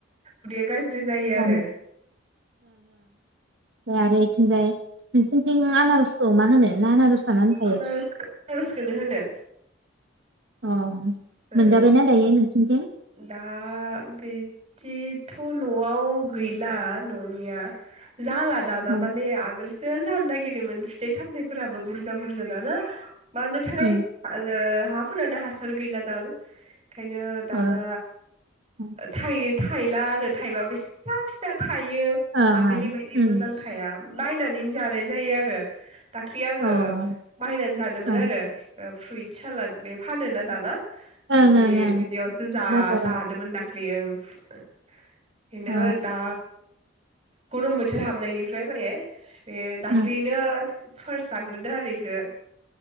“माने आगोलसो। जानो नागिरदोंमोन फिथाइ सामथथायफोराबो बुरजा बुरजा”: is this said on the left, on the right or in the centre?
Right